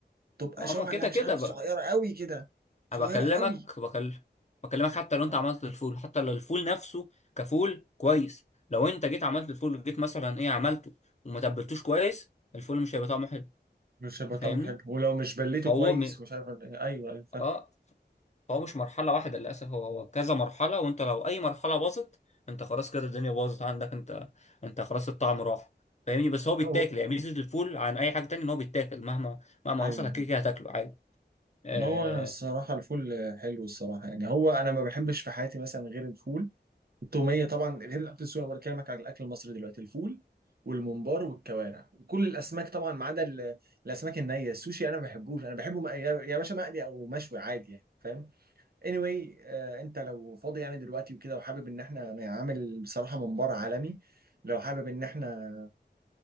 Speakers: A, on the right; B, on the left.
A: تبقى
B: اه
A: شعله
B: ما كده
A: مش
B: كده
A: عارف صغيره قوي كده صغيره
B: أنا بكلمك
A: قوي
B: بكل بكلمك حتى لو انت
A: مم.
B: عملت الفول حتى لو الفول نفسه كفول كويس لو انت جيت عملت الفول جيت مثلا ايه عملته وما تبلتوش كويس الفول مش هيبقى طعمه حلو
A: مش هيبقى
B: أنت
A: طعمه
B: فاهمني
A: حلو ولو مش بليته
B: فهو
A: كويس
B: م...
A: ومش عارف ايوه ايوه فاهم
B: اه فهو مش مرحله واحده للاسف هو هو كذا مرحله وانت لو اي مرحله باظت انت خلاص كده الدنيا باظت عندك انت انت خلاص الطعم راح فاهمني بس هو بيتاكل
A: و-
B: يعني
A: و-
B: ميزه الفول عن اي حاجه تانية ان هو بيتاكل مهما مهما
A: ايوه
B: حصل كده كده هتاكله عادي آه...
A: ما هو انا الصراحه الفول حلو الصراحه يعني هو انا ما بحبش في حياتي مثلا غير الفول التوميه طبعا غير الاكل السوري انا بكلمك عن الاكل المصري دلوقتي الفول والممبار والكوارع كل الاسماك طبعا ما عدا ال- الاسماك النيه السوشي انا ما بحبوش انا بحبه مق- يا يا باشا مقلي او مشوي عادي يعني فاهم anyway آه انت لو فاضي يعني دلوقتي وكده وحابب ان احنا نعمل بصراحه ممبار عالمي لو حابب ان احنا